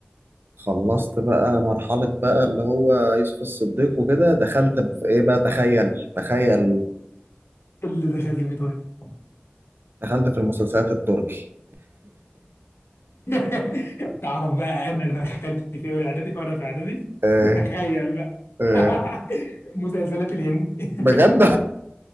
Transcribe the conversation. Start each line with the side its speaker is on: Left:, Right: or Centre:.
Right: خلصت بقى مرحلة بقى اللي هو يوسف الصديق وكده دخلت في ايه بقى تخيل تخيل
Left: اللي دخلت فيه طيب
Right: دخلت في المسلسلات التركي
Left: <laughs> تعرف بقى انا دخلت فيه وانا اعدادي وانا في اعدادي
Right: <laughs> آه
Left: <laughs> تخيل بقى
Right: آه
Left: <laughs> مسلسلات الهند
Right: بجد